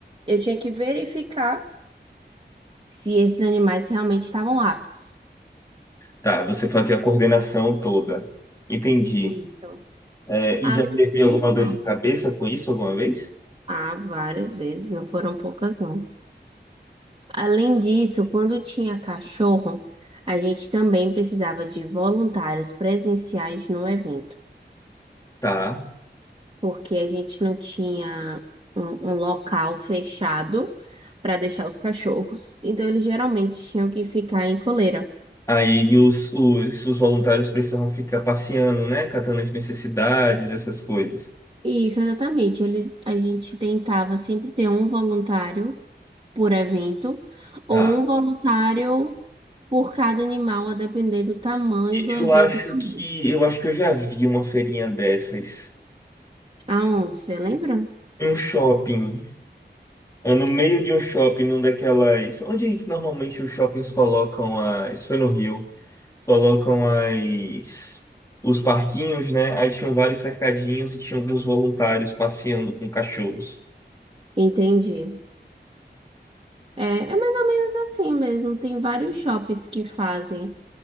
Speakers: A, on the right; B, on the left.
A: eu tinha que verificar se esses animais realmente estavam aptos.
B: Tá, você fazia a coordenação toda. Entendi.
A: Isso.
B: É,
A: Além
B: e já teve
A: disso,
B: alguma dor de cabeça com isso alguma vez?
A: há várias vezes, não foram poucas, não. Além disso, quando tinha cachorro, a gente também precisava de voluntários presenciais no evento.
B: Tá.
A: porque a gente não tinha um, um local fechado para deixar os cachorros, então eles geralmente tinham que ficar em coleira.
B: Aí os, os, os voluntários precisavam ficar passeando, né? Catando as necessidades, essas coisas.
A: E isso exatamente, eles, a gente tentava sempre ter um voluntário por evento ou
B: Tá.
A: um voluntário por cada animal, a depender do tamanho
B: E
A: do evento
B: Eu acho
A: também.
B: que eu acho que eu já vi uma feirinha dessas.
A: Aonde, você lembra?
B: um shopping, ah, no meio de um shopping, num daquelas. Onde que normalmente os shoppings colocam as. Isso foi no Rio. Colocam as. Os parquinhos, né? Aí tinham vários cercadinhos e tinha alguns voluntários passeando com cachorros.
A: Entendi. É, é mais ou menos assim mesmo. Tem vários shoppings que fazem